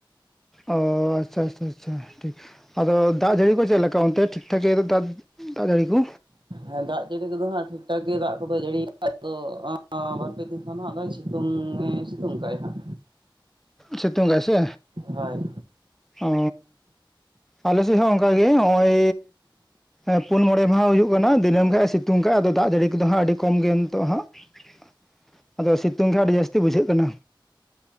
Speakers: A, in the centre; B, on the right.
A: ᱚ ᱟᱪᱪᱷᱟ ᱟᱪᱪᱷᱟ ᱴᱷᱤᱠ ᱟᱫᱚ ᱫᱟᱜ ᱡᱟᱹᱲᱤ ᱠᱚ ᱪᱮᱫ ᱞᱮᱠᱟ ᱚᱱᱛᱮ ᱴᱷᱤᱠ ᱴᱷᱟᱠ ᱜᱮ᱾ ᱫᱤᱜ ᱡᱟᱹᱲᱤ ᱠᱚ
B: ᱦᱮᱸ ᱫᱟᱜ ᱡᱟᱹᱲᱤ ᱠᱚᱫᱚ ᱦᱟᱸᱜ ᱴᱷᱤᱠ ᱴᱷᱟᱠ ᱜᱮ ᱫᱟᱜ ᱠᱚᱫᱚ ᱡᱟᱹᱲᱤᱭ ᱫᱚ ᱵᱟᱨᱯᱮ ᱫᱤᱱ ᱱᱟᱜ ᱫᱚᱭ ᱥᱤᱛᱩᱝᱮ ᱥᱤᱛᱩᱝ ᱠᱟᱭ ᱦᱟᱸᱜ
A: ᱥᱤᱛᱩᱝᱜᱟ ᱥᱮ
B: ᱦᱳᱭ
A: ᱚ ᱟᱞᱮ ᱥᱮᱫ ᱦᱚᱸ ᱚᱱᱠᱟᱜᱮ ᱱᱚᱜᱼᱚᱭ ᱮ ᱯᱩᱱ ᱢᱚᱬᱮ ᱢᱟᱦᱟ ᱦᱩᱭᱩᱜ ᱠᱟᱱᱟ ᱫᱤᱱᱟᱹᱢ ᱠᱷᱟᱱᱡ ᱮ ᱥᱤᱛᱩᱝ ᱠᱷᱟᱡ ᱟᱫᱚ ᱫᱟᱜ ᱡᱟᱹᱲᱤ ᱠᱚ ᱫᱚ ᱦᱟᱜ ᱟᱹᱰᱤ ᱠᱚᱢ ᱜᱮ ᱱᱤᱛᱚᱜ ᱦᱟᱜ ᱾ ᱟᱫᱚ ᱥᱤᱛᱩᱝ ᱜᱮ ᱟᱹᱰᱤ ᱡᱟᱹᱥᱛᱤ ᱵᱩᱡᱷᱟᱹᱜ ᱠᱟᱱᱟ᱾